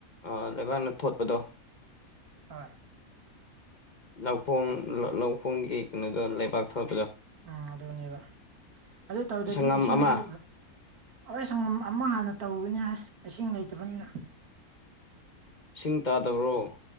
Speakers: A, on the left; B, on the right.
A: ꯑ ꯂꯩꯀꯥꯛꯅ ꯊꯣꯠꯄꯗꯣ
B: ꯍꯥ
A: ꯂꯧꯈꯣꯡ ꯂꯧꯈꯣꯡꯒꯤ ꯀꯩꯅꯣꯗꯣ ꯂꯩꯕꯥꯛ ꯊꯄꯗꯣ
B: ꯎꯝ ꯑꯗꯨꯅꯦꯕ ꯑꯗꯨ ꯇꯧꯗꯗꯤ
A: ꯁꯪꯒꯝ
B: ꯏꯁꯤꯡꯗꯨ
A: ꯑꯃ
B: ꯍ ꯁꯪꯒꯝ ꯑꯃꯛ ꯍꯥꯟꯅ ꯇꯧꯒꯅꯤ ꯍꯥꯏ ꯏꯁꯤꯡ ꯂꯩꯇꯕꯅꯤꯅ
A: ꯁꯤꯡ ꯇꯥꯗꯧꯔꯣ